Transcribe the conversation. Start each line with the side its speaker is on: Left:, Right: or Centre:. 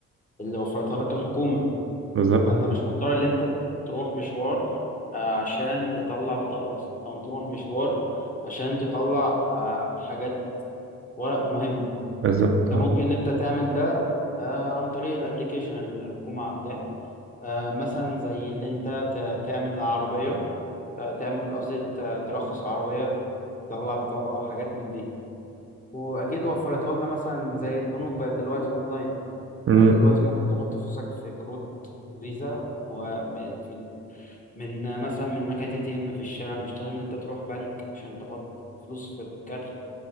Left: اللي وفرتها لك الحكومه
Right: بالظبط
Left: فانت مش مضطر ان انت تروح مشوار آه، عشان تطلع بطاقه مثلا او تروح مشوار عشان تطلع آه، حاجات ورق مهم
Right: بالظبط
Left: انت
Right: اه
Left: ممكن ان انت تعمل ده آه، عن طريق الابليكيشن اللي الحكومه عاملاه آه، مثلا زي اللي انت ت- تعمل العربيه آه، تعمل قصدي ت- ترخص العربيه تطلع بطاقه حاجات من دي واكيد وفرتها لنا مثلا زي البنوك بقت دلوقتي اونلاين
Right: أمم.
Left: بقت دلوقتي ممكن تحط فلوسك في كروت فيزا ومن من من مثلا من مكنه اي تي ام في الشارع مش لازم ان انت تروح بنك عشان تحط فلوس في كارت